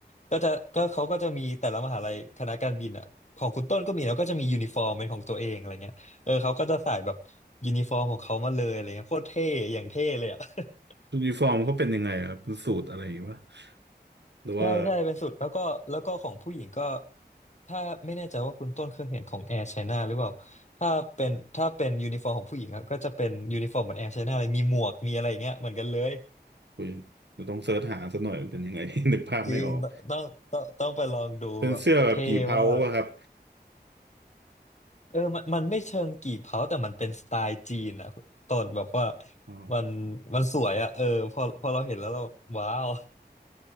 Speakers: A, on the left; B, on the right.
A: ก็จะก็เขาก็จะมีแต่ละมหาลัยคณะการบินอะของคุณต้นก็มีแล้วก็จะมียูนิฟอร์มเป็นของตัวเองอะไรเงี้ย เออเขาก็จะใส่แบบยูนิฟอร์มของเขามาเลยอะไรเงี้ยโคตรเท่อย่างเท่เลยอ่ะ <laughs>
B: ยูนิฟอร์มเขาเป็นยังไงครับเป็นสูตรอะไรอย่างเงี้ยวะหรือว่า
A: ใช่ใช่เป็นสุดแล้วก็แล้วก็ของผู้หญิงก็ถ้าไม่แน่ใจว่าคุณต้นเคยเห็นของแอร์ไชน่าหรือเปล่าถ้าเป็นถ้าเป็นยูนิฟอร์มของผู้หญิงอะก็จะเป็นยูนิฟอร์มเหมือนแอร์ไชน่าเลยมีหมวกมีอะไรอย่างเงี้ยเหมือนกันเลย
B: อุยเดี๋ยวต้องเสิร์ชหาสักหน่อยมันเป็นยังไง <laughs> นึกภาพไม่ออก
A: จริงต้องต้องต้องไปลองดูแบบเท่ว่า
B: เป็นเสื้อแบบกี่เพาปะครับ
A: กเออมันมันไม่เชิงกี่เผาแต่มันเป็นสไตล์จีนอะคุณต้นแบบว่า
B: อ๋อ
A: มันมันสวยอะเออพอพอเราเห็นแล้วเราว้าว